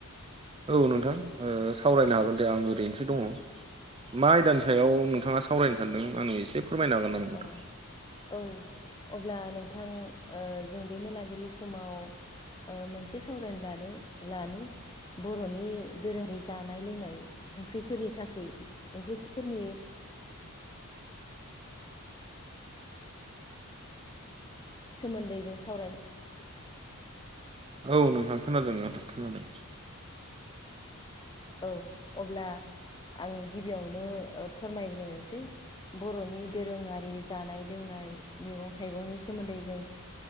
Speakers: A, on the right; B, on the left.
A: औ नोंथां सावरायनो हागोन दे आं ओरैनोसो दङ। मा आयदानि सायाव नोंथाङा सावरायनो सानदों आंनो एसे फोरमायनो हागोन नामा? नोंथां
B: अ औ अब्ला नोंथां जों बे मोनाबिलि समाव मोनसे सावरायनो लानो लानो बर'नि दोरोङारि जानाय लोंनाय ओंख्रिफोरनि थाखाय ओंख्रिफोरनि सोमोन्दै जों सावरायनाय
A: औ नोंथां खोनादों नों
B: औ अब्ला आं गिबियावनो फोरमायग्रोनोसै बर'नि दोरोङारि जानाय लोंनाय मैगं थाइगंनि सोमोन्दै जों